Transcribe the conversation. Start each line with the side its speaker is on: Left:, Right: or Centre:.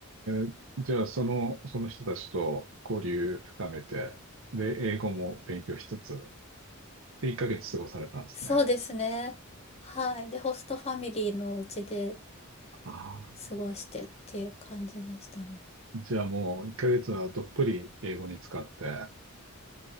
Right: ー、じゃあ、その、その人たちと交流深めて、で、英語も勉強しつつ、で、1ヶ月過ごされたんですね。
Left: そうですね。はい。で、ホストファミリーのうちで
Right: ああ、
Left: 過ごしてっていう感じでしたね。
Right: じゃあもう1ヶ月はどっぷり英語に使って